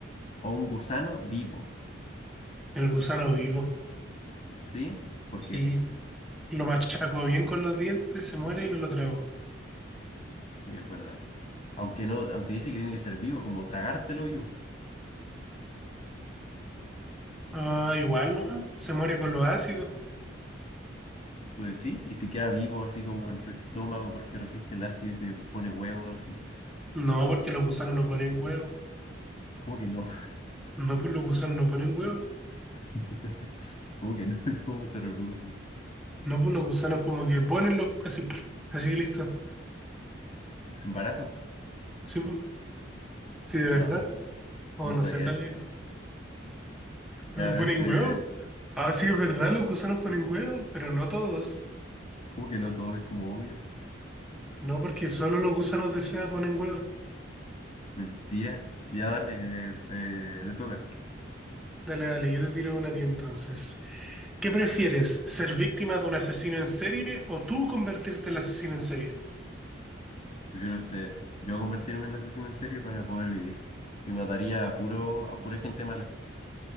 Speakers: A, on the left; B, in the centre.
A: o un gusano vivo?
B: El gusano vivo.
A: ¿Sí? ¿Por
B: Sí,
A: qué?
B: lo machaco bien con los dientes, se muere y me lo trago.
A: Sí, es verdad. Aunque no, aunque dice que tiene que ser vivo, como tragártelo vivo.
B: Ah, igual, ¿no? Se muere con los ácidos.
A: Tú decís, y si queda vivo así como en tu estómago porque resiste el ácido y te pone huevos así.
B: No, porque los gusanos no ponen huevos.
A: ¿Cómo que no?
B: No, pues los gusanos no ponen huevos.
A: <laughs> ¿Cómo que no? <laughs> ¿Y cómo se reproducen?
B: No, pues los gusanos como que ponen los... Así, <laughs> <smacks lips> así listo.
A: ¿Se embarazan?
B: Sí, pues, sí, de
A: Ah,
B: verdad. O
A: no
B: no
A: sabía.
B: sé, en realidad.
A: eso.
B: ¿Ponen
A: Ya, a ver, eh,
B: huevos? Ah, sí, es verdad, los gusanos ponen huevos, pero no todos.
A: ¿cómo que no? Todo es como obvio.
B: No, porque solo los gusanos de seda ponen huevos.
A: Mentira. Ya dale, eh, eh, te toca.
B: Dale, dale, yo te tiro una a ti entonces. ¿Qué prefieres, ser víctima de un asesino en serie o tú convertirte en el asesino en serie?
A: Prefiero ser, yo convertirme en asesino en serie para poder vivir. Y mataría a puro, a pura gente mala.